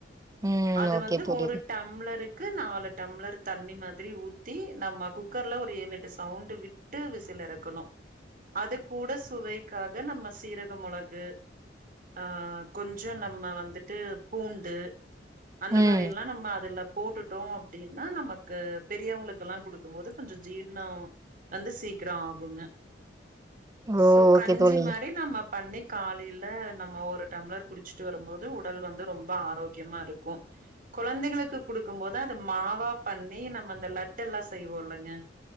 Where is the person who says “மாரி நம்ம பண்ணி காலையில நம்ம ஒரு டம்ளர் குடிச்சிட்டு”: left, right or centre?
Right